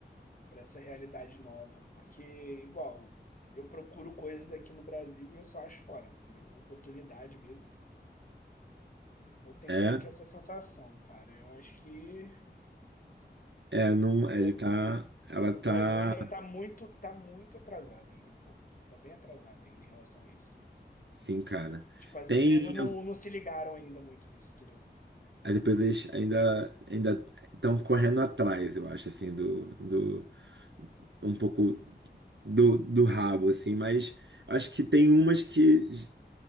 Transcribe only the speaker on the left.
para essa realidade nova. Porque, igual, eu procuro coisas aqui no Brasil e eu só acho fora, entendeu? Oportunidade mesmo. Eu tenho
meio que essa sensação, cara. Eu acho que
até
o
Brasil ainda tá muito, tá muito atrasado ainda um pouco. Tá bem atrasado ainda em relação a isso.
Tipo, as
empresas não, não se ligaram ainda muito nisso, entendeu?